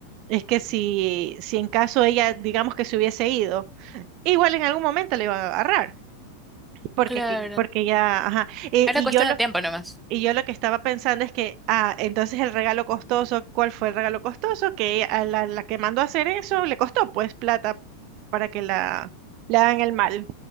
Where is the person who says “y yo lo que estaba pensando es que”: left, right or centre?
Right